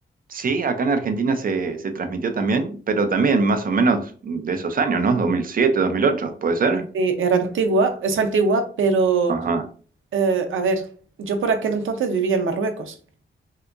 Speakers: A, on the right; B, on the right.
A: sí, acá en Argentina se, se transmitió también, pero también más o menos de esos años, ¿no? Dos dos mil siete, dos mil ocho, ¿puede ser?
B: Sí, era antigua, es antigua, pero
A: Ajá,
B: eh, a ver, yo por aquel entonces vivía en Marruecos.